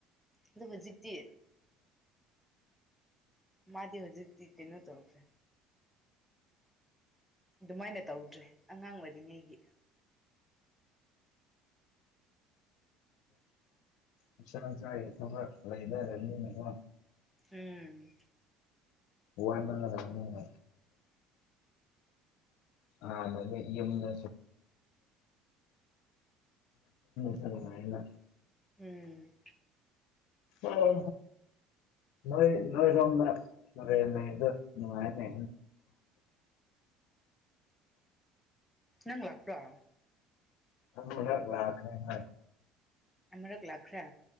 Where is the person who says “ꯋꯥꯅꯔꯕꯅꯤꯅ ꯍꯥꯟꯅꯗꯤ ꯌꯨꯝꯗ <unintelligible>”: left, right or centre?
Left